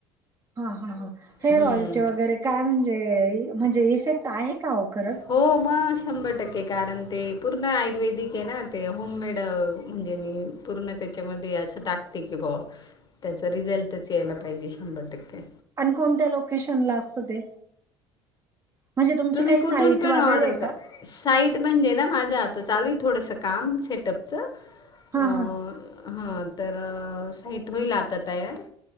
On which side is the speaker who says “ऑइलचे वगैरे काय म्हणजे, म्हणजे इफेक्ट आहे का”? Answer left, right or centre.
Right